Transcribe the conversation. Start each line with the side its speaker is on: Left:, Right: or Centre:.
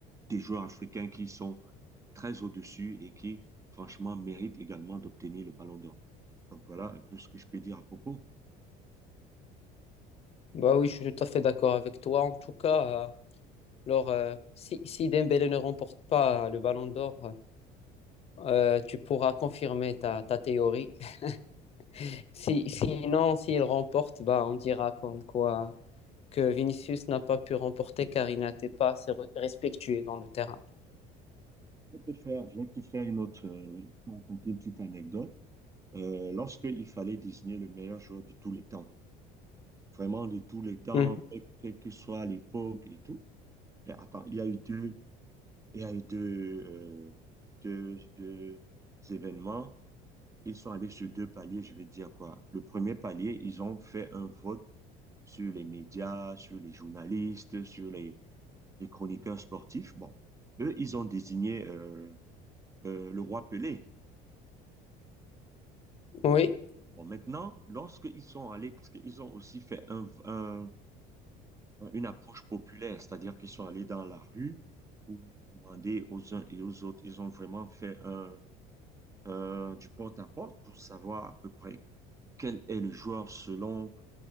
Right: des joueurs africains qui sont très au-dessus et qui, franchement, méritent également d'obtenir le ballon d'or. Donc, voilà un peu ce que je peux dire à propos.
Left: Bah oui, je suis tout à fait d'accord avec toi. En tout cas, euh, alors, euh, si, si Dembélé ne remporte pas le Ballon d'Or, euh, tu pourras confirmer ta, ta théorie. <laughs> Si, sinon, s'il remporte, bah, on dira comme quoi que Vinicius n'a pas pu remporter car il n'était pas assez re- respectué dans le terrain.
Right: Je vais te faire, je vais te faire une autre, euh, raconter une petite anecdote. Euh, lorsqu'il fallait désigner le meilleur joueur de tous les temps, vraiment de tous les temps,
Left: Mm.
Right: quelle quelle que soit l'époque et tout. Et attends, il y a eu deux, il y a eu deux, euh, deux, deux événements. Ils sont allés sur deux paliers, je vais te dire quoi. Le premier palier, ils ont fait un vote sur les médias, sur les journalistes, sur les, les chroniqueurs sportifs. Bon, eux, ils ont désigné euh, euh, le roi Pelé.
Left: Oui,
Right: Bon, maintenant, lorsqu'ils sont allés, parce qu'ils ont aussi fait un, un, euh, une approche populaire, c'est-à-dire qu'ils sont allés dans la rue pour demander aux uns et aux autres. Ils ont vraiment fait un, un- du porte-à-porte pour savoir à peu près quel est le joueur selon